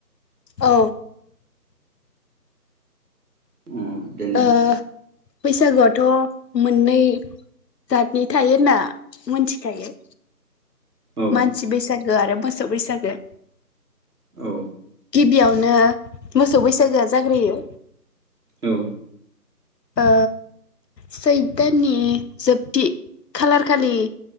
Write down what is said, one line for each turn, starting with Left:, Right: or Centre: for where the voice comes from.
Left: औ
Right: अ देने
Left: ओ बैसागुआथ' मोननै जातनि थायो होनना मोनथिखायो।
Right: औ
Left: मानसि बैसाग ओ आरो मोसौ बैसागो
Right: औ
Left: गिबियावनो मोसौ बैसागोआ जाग्रोयो।
Right: औ
Left: अ सैथ दाननि जोबथि खालारखालि